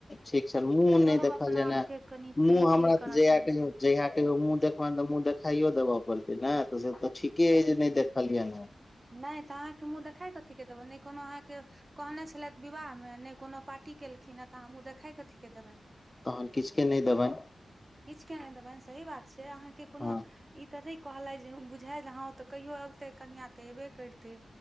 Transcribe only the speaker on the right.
सब
अपना आपके कनि
फ्री
फील करऽ
चाहै
छै
नय तऽ अहाँके मुँह देखाय कथी के देबै नई कोनो अहाँके। कहने छलैथ विवाहमे नई कोनो पार्टी केलखिन हैं तऽ, अहां मुंह देखाय कथीके देबैन।
किछ के नहि देबैन सही बात छै अहाँके कोनो-।
ई तनै कहलथि जे बुझायल हँ तऽ कहियो अबतै कनिआँ तऽ एबे करितै।